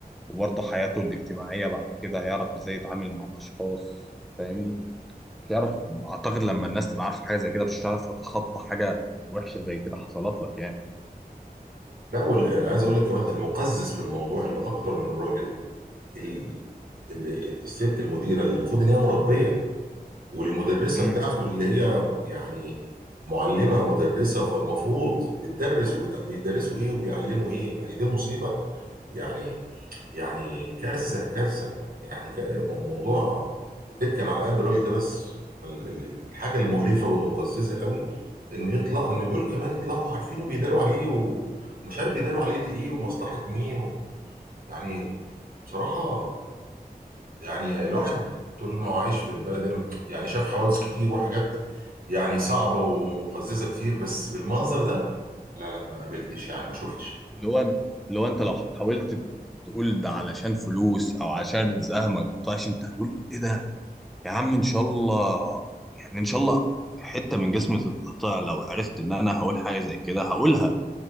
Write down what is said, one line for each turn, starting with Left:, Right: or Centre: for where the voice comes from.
Centre: وبرضو حياته الاجتماعية بعد كده هيعرف ازاي يتعامل مع الاشخاص فاهمني يعرف اعتقد لما الناس تبقى عارفة حاجة زي كده مش هتعرف تتخطى حاجة وحشة زي كده حصلت لك يعني
Right: لا وال... انا عايز اقول لك كمان المقزز في الموضوع اللي اكتر من الراجل ال... ال... الست المديرة اللي المفروض ان هي مربية والمدرسة
Centre: امم
Right: بتاعته اللي هي يعني معلمة مدرسة فالمفروض بتدرس وبيدرسوا ايه وبيعلموا ايه ما هي دي المصيبة يعني يعني كارثة كارثة يعني ك- موضوع يا ريت كان على قد الراجل ده بس انما ال- ال- الحاجة المقرفة والمقززة قوي ان يطلع ان دول كمان يطلعوا عارفين وبيداروا عليه و- ومش عارف بيداروا عليه ايه ومصلحة مين و يعني بصراحة يعني الواحد طول ما هو عايش في البلد هنا يعني شاف حوادث كتير وحاجات يعني صعبة ومقززة كتير بس بالمنظر ده لا لا ما قابلتش يعني ما شفتش
Centre: اللي هو اللي هو انت لو حاولت تقول ده علشان فلوس او علشان رزقها ما يقطعش انت هتقول ايه ده يا عم ان شاء الله يعني ان شاء الله حته من جسمي تتقطع لو عرفت ان انا هقول حاجه زي كده هقولها